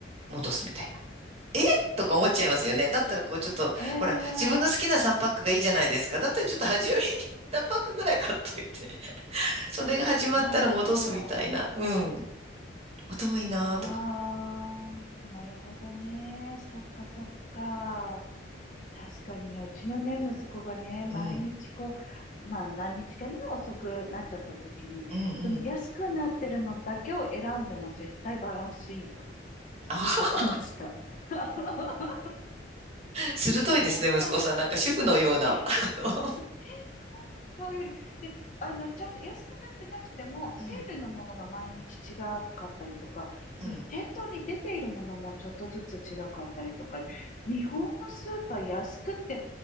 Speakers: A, on the right; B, on the left.
A: 戻すみたいな。えとか思っちゃいますよね。だったらこうちょっと、
B: ええ
A: ほら、自分の好きな3パックがいいじゃないですか。だったらちょっと初めに1パックぐらい買っといて、それが始まったら戻すみたいな。
B: なるほど。
A: うん。頭いいなーとか。
B: ああ、なるほどね。そっかそっか。確かにね、うちのね、息子がね、毎日こ
A: うん。
B: う、まあ何日かね、遅くなっちゃった時に、
A: うんうん。
B: その安くなってるのだけを選んでも絶対バランスいいよって
A: ああ、
B: 言ってました。<laughs>
A: 鋭いですね、
B: 変な、
A: 息子さん。なんか主婦のような。
B: うん、変、
A: あの、
B: そう、変なご飯買うより、で、あの、ちゃんと安くなってなくても、セールのものが毎日違かったりとか、
A: うん、うん、
B: その店頭に出ているものもちょっとずつ違かったりとか、日本のスーパー安くて